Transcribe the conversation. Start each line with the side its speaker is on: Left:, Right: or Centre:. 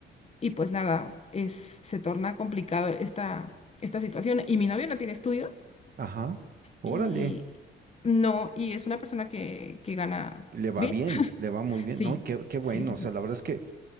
Left: Y pues nada, es, se torna complicado esta, esta situación y mi novio no tiene estudios
Right: Ajá. Órale.
Left: y no, y es una persona que, que gana
Right: le va
Left: bien.
Right: bien,
Left: <laughs>
Right: le va muy bien,
Left: Sí,
Right: ¿no? Y qué, qué bueno,
Left: sí, sí,
Right: o
Left: sí.
Right: sea, la verdad es que